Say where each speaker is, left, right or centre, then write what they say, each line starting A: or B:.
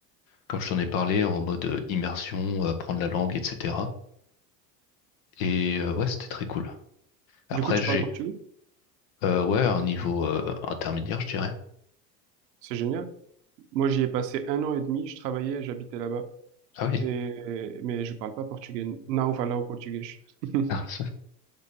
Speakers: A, on the left; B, on the right.
A: comme je t'en ai parlé, en mode euh, immersion, euh, apprendre la langue, etc. Et euh, ouais, c'était très cool. Après,
B: Du coup, tu
A: j'ai
B: parles portugais?
A: euh, ouais, un niveau euh, intermédiaire, je dirais.
B: C'est génial. Moi, j'y ai passé un an et demi. Je travaillais, et j'habitais là-bas.
A: Ah oui.
B: Et, mais je parle pas portugais. Não falo português. <laughs>
A: <laughs>